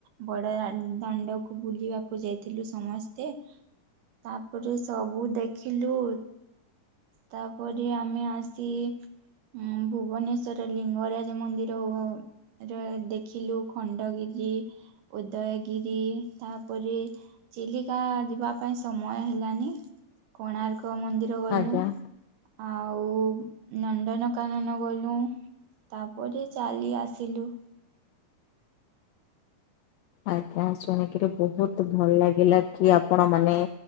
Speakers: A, on the right; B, on the left.
A: ବଡ ଦାନ୍ ଦାଣ୍ଡକୁ ବୁଲିବାକୁ ଯାଇଥିଲୁ ସମସ୍ତେ। ତାପରେ ସବୁ ଦେଖିଲୁ। ତାପରେ ଆମେ ଆସି ହୁଁ ଭୁବନେଶ୍ୱର ଲିଙ୍ଗରାଜ ମନ୍ଦିର ଓ ର ଦେଖିଲୁ ଖଣ୍ଡଗିରି। ଉଦୟଗିରି ତାପରେ ଚିଲିକା ଯିବା ପାଇଁ ସମୟ ହେଲାନି କୋଣାର୍କ ମନ୍ଦିର ଗଲୁ।
B: ଆଜ୍ଞା।
A: ଆଉ ନନ୍ଦନକାନନ ଗଲୁ। ତାପରେ ଚାଲି ଆସିଲୁ।
B: ଆଜ୍ଞା ଶୁଣିକିରି ବହୁତ୍ ଭଲ୍ ଲାଗିଲା କି ଆପଣ ମାନେ